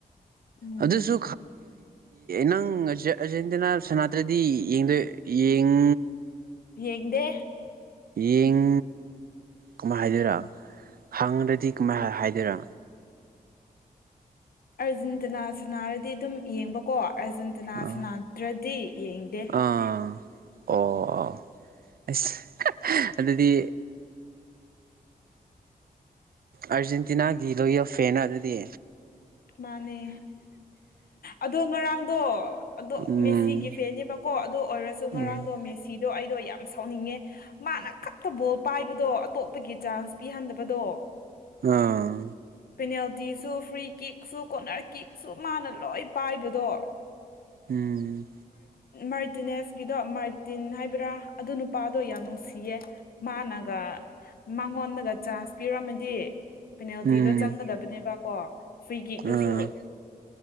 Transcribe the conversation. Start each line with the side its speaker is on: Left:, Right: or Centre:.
Left: ꯎꯝ
Right: ꯑꯗꯨꯁꯨ ꯅꯪ ꯑꯔꯖꯦꯟꯇꯤꯅꯥ ꯁꯥꯟꯅꯗ꯭ꯔꯗꯤ ꯌꯦꯡꯗꯦ ꯌꯦꯡ
Left: ꯌꯦꯡꯗꯦ
Right: ꯌꯦꯡ ꯀꯃꯥꯏꯅ ꯍꯥꯏꯗꯣꯏꯔꯥ ꯍꯪꯔꯗꯤ ꯀꯃꯥꯏ ꯍꯥꯏꯗꯣꯏꯔ
Left: ꯑꯔꯖꯦꯟꯇꯤꯅꯥ ꯁꯅꯥꯔꯗꯤ ꯑꯗꯨꯝ ꯌꯦꯡꯕꯀꯣ ꯑꯥꯔꯖꯦꯟꯇꯤꯅꯥ
Right: ꯑꯥ
Left: ꯁꯅꯥꯗ꯭ꯔꯗꯤ ꯌꯦꯡꯗꯦ
Right: ꯑꯥ ꯑꯣ ꯑꯁ ꯑꯗꯨꯗꯤ ꯑꯥꯔꯖꯦꯟꯇꯤꯅꯥꯒꯤ ꯂꯣꯌꯦꯜ ꯐꯦꯅ ꯔꯣ ꯑꯗꯨꯗꯤ
Left: ꯃꯥꯅꯦ ꯑꯗꯣ ꯉꯔꯥꯡꯗꯣ ꯑꯗꯣ
Right: ꯎꯝ
Left: ꯃꯦꯁꯤꯒꯤ ꯐꯦꯟꯅꯦꯕꯀꯣ ꯑꯗꯨ ꯑꯣꯏꯔꯁꯨ
Right: ꯎꯝ
Left: ꯉꯔꯥꯡꯗꯣ ꯃꯦꯁꯤꯗꯣ ꯑꯩ ꯌꯥꯝꯅ ꯁꯥꯎꯅꯤꯡꯉꯦ ꯃꯥꯅ ꯈꯛꯇ ꯕꯣꯜ ꯄꯥꯏꯕꯗꯣ ꯑꯇꯣꯞꯄꯒꯤ ꯆꯥꯟꯁ ꯄꯤꯍꯟꯗꯕꯗꯣ
Right: ꯑꯥ
Left: ꯄꯦꯅꯥꯜꯇꯤꯁꯨ ꯐ꯭ꯔꯤ ꯀꯤꯛꯁꯨ ꯀꯣꯅꯔ ꯀꯤꯛꯁꯨ ꯃꯥꯅ ꯂꯣꯏ ꯄꯥꯏꯕꯗꯣ
Right: ꯎꯝ
Left: ꯃꯥꯔꯇꯤꯅꯦꯁꯀꯤꯗꯣ ꯃꯥꯔꯇꯤꯟ ꯍꯥꯏꯕ꯭ꯔꯥ ꯑꯗꯨ ꯅꯨꯄꯥꯗꯣ ꯌꯥꯝ ꯅꯨꯡꯁꯤꯌꯦ ꯃꯥꯅꯒ ꯃꯉꯣꯟꯗꯒ ꯆꯥꯟꯁ ꯄꯤꯔꯝꯃꯗꯤ ꯄꯦꯅꯥꯜꯇꯤꯗꯣ
Right: ꯎꯝ
Left: ꯆꯪꯒꯗꯕꯅꯦꯕꯀꯣ ꯐ꯭ꯔꯤ ꯀꯤꯛꯗꯨꯁꯨ
Right: ꯑꯥ